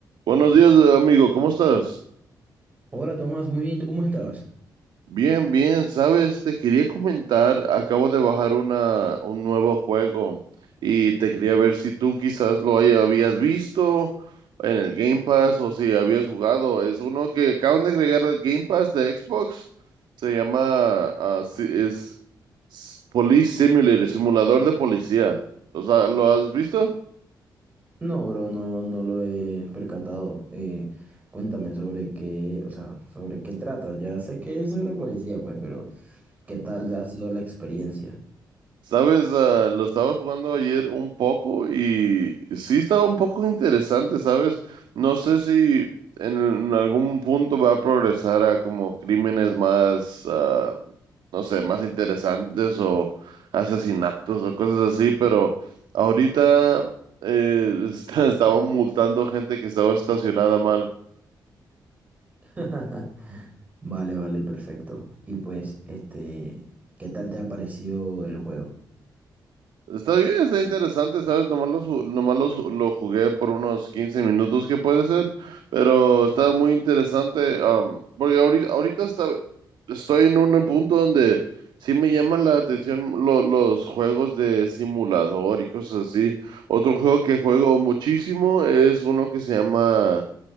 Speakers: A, on the right; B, on the right.
A: Buenos días, amigo, ¿cómo estás?
B: Hola Tomás, muy bien, ¿tú cómo estás?
A: Bien, bien, sabes, te quería comentar, acabo de bajar una, un nuevo juego y te quería ver si tú quizás lo haya- habías visto en el Game Pass o si habías jugado. Es uno que acaban de agregar al Game Pass de Xbox. Se llama, ah, si- es s- Police Simulator, simulador de policía. ¿Los ha- ¿Lo has visto?
B: No, bro, no, no lo he percatado. Eh, cuéntame sobre qué, o sea, sobre qué trata. Ya sé que es sobre policía, pues, pero ¿qué tal ha sido la experiencia?
A: Sabes, Ah, lo estaba jugando ayer un poco y sí estaba un poco interesante, ¿sabes? No sé si en, en algún punto va a progresar a como crímenes más, ah, no sé, más interesantes o asesinatos o cosas así, pero ahorita eh, <laughs> está- estaba multando gente que estaba estacionada mal.
B: <laughs> Vale, vale, perfecto. Y pues, este, ¿qué tal te ha parecido el juego?
A: Está bien, está interesante, ¿sabes? Nomás lo, ju- nomás lo, ju- lo jugué por unos 15 minutos, que puede ser, pero está muy interesante, am, porque ahorita, ahorita está, estoy en un punto donde sí me llama la atención lo- los juegos de simulador y cosas así. Otro juego que juego muchísimo es uno que se llama